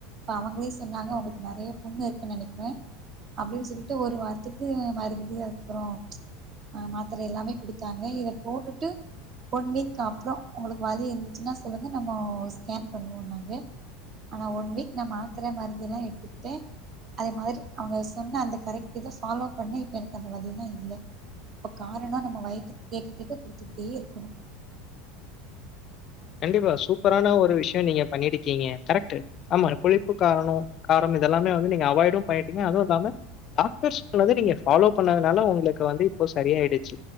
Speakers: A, on the right (about 35°); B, on the left (about 40°).
A: அவங்களையும் சொன்னாங்க ஒங்களுக்கு நிறைய புண்ணு இருக்குன்னு நினைக்கிறேன் அப்டின்னு சொல்லிட்டு ஒரு வாரத்துக்கு மருந்து அதுக்கப்புறம்ஹ் மாத்திர எல்லாமே குடுத்தாங்க இத போட்டுட்டு ஒன் வீக் அப்புறம் உங்களுக்கு வலி இருந்துச்சுன்னா சொல்லுங்க நம்ம ஸ்கேன் பண்ணுவோம்ங்க ஆனா ஒன் வீக் நான் மாத்திர மருந்து எல்லாம் எடுத்துக்கிட்டேன் அதே மாதிரி அவுங்க சொன்ன அந்த கரெக்ட் இதை ஃபாலோ பண்ண இப்ப எனக்கு அந்த வலிலா இல்ல இப்ப காரணம் நம்ம வயத்துக்கு கேட்க கேட்க குடுத்துட்டே இருக்கணும்
B: கண்டிப்பா சூப்பரான ஒரு விஷயம் நீங்க பண்ணிருக்கீங்க கரெக்ட் ஆமா புழிப்பு காரம் காரம் இதெல்லாமே வந்து நீங்க அவாய்டும் பண்ணிட்டீங்க அதுவும் இல்லாம டாக்டர் சொன்னத நீங்க பாலோ பண்ணதுனால உங்களுக்கு வந்து இப்போ சரியாயிடுச்சு